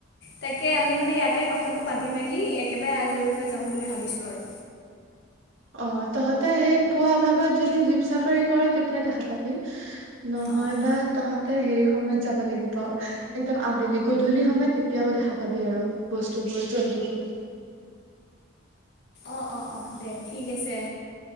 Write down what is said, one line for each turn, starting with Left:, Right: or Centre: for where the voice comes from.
Left: তাকে আমি মানে ইয়াতে কথাটো পাতি মেলি একেবাৰে আজৰি হৈ যাওঁ বুলি ভাবিছোঁ আৰু।
Right: অঁ তহতে সেই পুৱা ভাগত যদি জীপ চাফাৰী কৰোঁ তেতিয়া দেখা পাব, নহয়
Left: অ',
Right: বা তহঁতে হেৰি সময়ত যাব লাগিব। একদম আবেলি, গধূলি সময়ত তেতিয়াও দেখা পাবি আৰু বস্তুবোৰ, জন্তুবোৰ।
Left: অঁ-অঁ-অঁ দে ঠিক আছে।